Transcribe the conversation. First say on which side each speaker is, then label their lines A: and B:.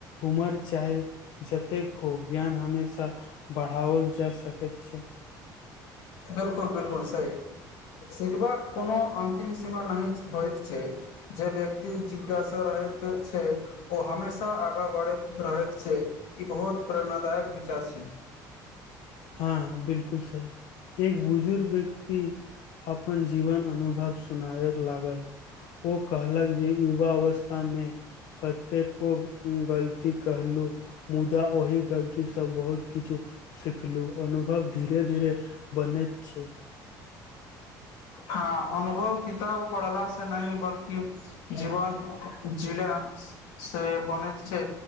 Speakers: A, on the left; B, on the left.
A: उमर चाहे जतेक हो ज्ञान हमेशा बढ़ाओल जा सकैत छै
B: बिल्कुल बिल्कुल सही सीखवा कोनो अन्तिम सीमा नहि होइत छै जे व्यक्ति जिज्ञासा रहैत छै ओ हमेशा आगा बढ़ैत रहैत छै ई बहुत प्रेरणादायक विचार छै
A: हँ बिल्कुल सही एक बुजुर्ग व्यक्ति अपन जीवन अनुभव सुनाबय लागल ओ कहलक जे युवा अवस्थामे कतेको गलती कहलू मुदा ओहि गलती से बहुत किछु सिख देखलू अनुभव धीरे धीरे बनैत छै
B: हँ अनुभव किताब पढ़लासँ नहि बल्कि जीवन जिला सँ बनैत छै